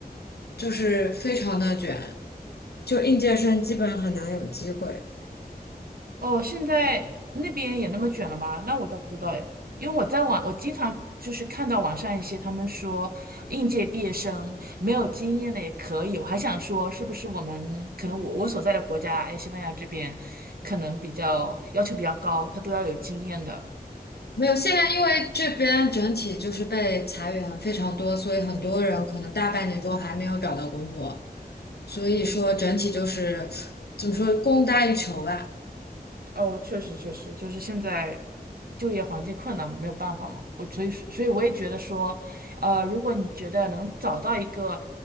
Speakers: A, on the left (about 75°); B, on the right (about 65°).
A: 就是非常的卷，就应届生基本很难有机会。
B: 哦，现在那边也那么卷了吗？那我倒不知道哎，因为我在网，我经常就是看到网上一些他们说应届毕业生没有经验的也可以，我还想说是不是我们可能我我所在的国家，哎，西班牙这边可能比较要求比较高，他都要有经验的。
A: 没有，现在因为这边整体就是被裁员非常多，所以很多人可能大半年都还没有找到工作，所以说整体就是怎么说，供大于求吧。
B: 哦，确实确实，就是现在就业环境困难嘛，没有办法嘛。我所以所以我也觉得说，呃，如果你觉得能找到一个，